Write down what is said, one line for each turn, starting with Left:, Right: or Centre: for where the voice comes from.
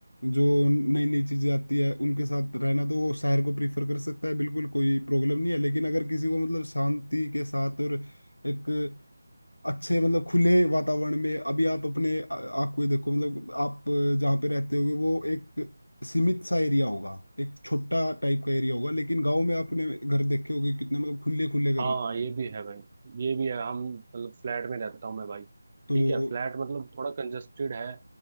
Left: जो नई नई चीजें आती है उनके साथ रहना तो वो शहर को प्रीफर कर सकता है बिल्कुल कोई प्रॉब्लम नहीं है लेकिन अगर किसी को मतलब शांति के साथ और एक अच्छे मतलब खुले वातावरण में अभी आप अपने आ- आपको ही देखो मतलब आप अ, जहाँ पे रहते होगे वो एक सीमित सा एरिया होगा एक छोटा टाइप का एरिया होगा लेकिन गांव में आपने घर देखे होंगे कितने मतलब खुले खुले घर
Right: हाँ
Left: होते
Right: ये
Left: हैं
Right: भी है भाई ये भी है हम मतलब फ्लैट में रहता हूँ मैं भाई
Left: तो
Right: ठीक है फ्लैट मतलब थोड़ा कंजस्टेड है